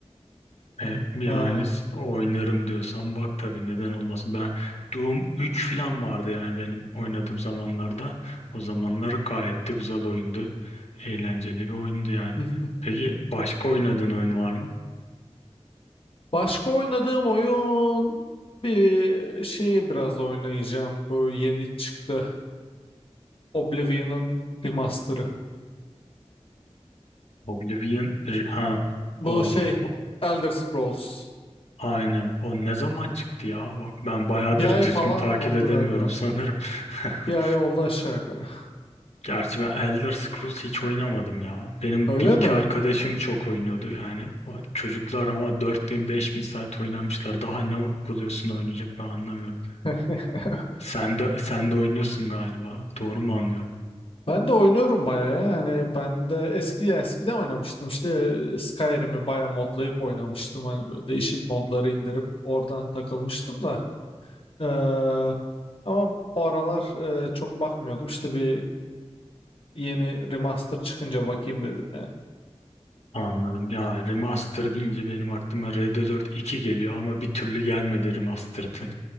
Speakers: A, on the left; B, on the left.
A: E,
B: <laughs>
A: yani s- oynarım diyorsan bak tabii neden olmasın. Ben Doom üç falan vardı yani benim oynadığım zamanlarda. O zamanlar gayet de güzel oyundu. Eğlenceli bir oyundu yani.
B: Ee,
A: Peki başka oynadığın oyun var mı?
B: Başka oynadığım oyun bir şeyi biraz oynayacağım. Bu yeni çıktı. Oblivion'ın remaster'ı.
A: Oblivion R- ha o,
B: Bu şey
A: o
B: Elder Scrolls.
A: aynen o ne zaman çıktı ya? Bak ben bayağıdır
B: Bir ay
A: düzgün
B: falan
A: takip
B: oldu
A: edemiyorum
B: galiba.
A: sanırım. <laughs>
B: Bir ay oldu aşağı yukarı.
A: Gerçi ben Elder Scrolls hiç oynamadım ya. Benim
B: Öyle
A: bir iki
B: mi?
A: arkadaşım çok oynuyordu yani. O çocuklar ama dört bin beş bin saat oynamışlar. Daha ne buluyorsun da oynayacak ben anlamıyorum.
B: <laughs>
A: Sen de, sen de oynuyorsun galiba. Doğru mu anlıyorum?
B: Ben de oynuyorum bayağı ya. Hani ben de eski eskiden oynamıştım. İşte Skyrim'i bayağı modlayıp oynamıştım. Hani böyle değişik modları indirip oradan takılmıştım da. Ee, ama bu aralar e, çok bakmıyordum. İşte bir yeni remaster çıkınca bakayım dedim yani.
A: Anladım. Ya remaster deyince benim aklıma Red Alert 2 geliyor ama bir türlü gelmedi remastered'ı.